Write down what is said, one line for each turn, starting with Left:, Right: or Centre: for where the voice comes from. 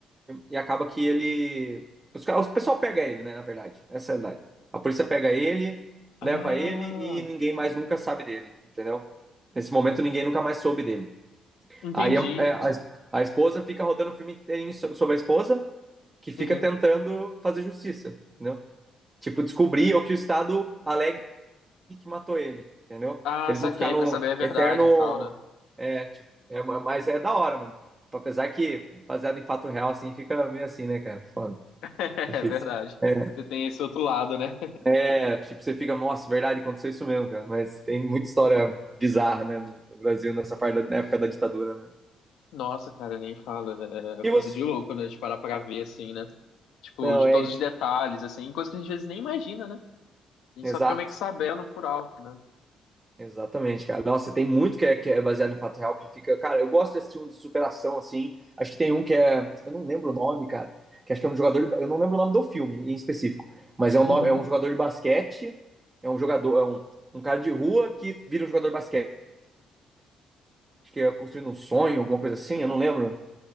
Right: e acaba que ele. Os, caras- o pessoal pega ele, né? Na verdade, essa é a verdade. A polícia pega ele, leva
Left: Ah,
Right: ele e ninguém mais nunca sabe dele, entendeu? Nesse momento, ninguém nunca mais soube dele.
Left: entendi.
Right: Aí a, é, a, a esposa fica rodando o filme inteirinho so- sobre a esposa, que fica
Left: Uhum.
Right: tentando fazer justiça, entendeu? Tipo, descobrir o que o Estado alegue que matou ele, entendeu?
Left: Ah,
Right: Pra eles
Left: saquei,
Right: não ficarem
Left: pra
Right: no
Left: saber a verdade
Right: eterno.
Left: e tal, né?
Right: É, tipo, é, mas é da hora, mano. Apesar que, baseado em fato real, assim, fica meio assim, né, cara? Foda.
Left: <laughs>
Right: Difícil.
Left: É verdade.
Right: É,
Left: Você tem esse outro lado, né?
Right: é, tipo, você fica, nossa, é verdade, aconteceu isso mesmo, cara. Mas tem muita história bizarra, né, no no Brasil, nessa parte da na época da ditadura, né?
Left: Nossa, cara, nem fala. É
Right: E
Left: coisa
Right: você?
Left: de louco, né? De parar pra ver, assim, né? Tipo,
Right: Não,
Left: de
Right: é,
Left: todos os detalhes, assim, coisa que a gente às vezes nem imagina, né? A gente
Right: exato.
Left: só fica meio que sabendo por alto, né?
Right: Exatamente, cara. Nossa, tem muito que é, que é baseado em fato real que fica. Cara, eu gosto de assistir um de superação, assim. Acho que tem um que é. Eu não lembro o nome, cara. Que acho que é um jogador. de ba- Eu não lembro o nome do filme em específico. Mas é um,
Left: Uhum.
Right: no- é um jogador de basquete. É um jogador. É um, um cara de rua que vira um jogador de basquete. Acho que é construindo um sonho, alguma coisa assim. Eu não lembro.